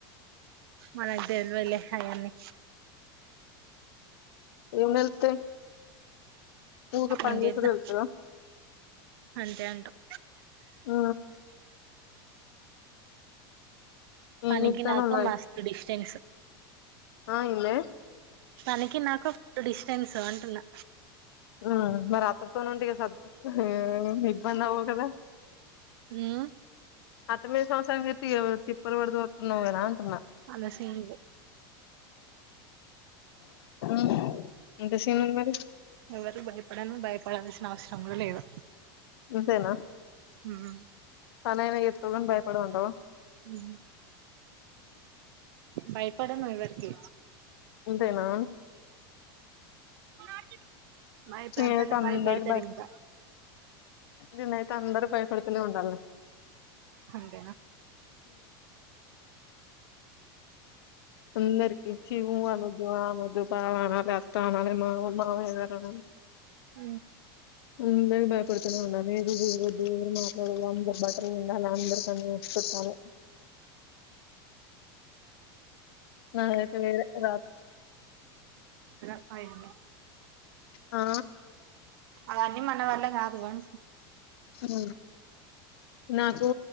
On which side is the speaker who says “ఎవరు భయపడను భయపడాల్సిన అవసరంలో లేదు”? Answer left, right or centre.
Right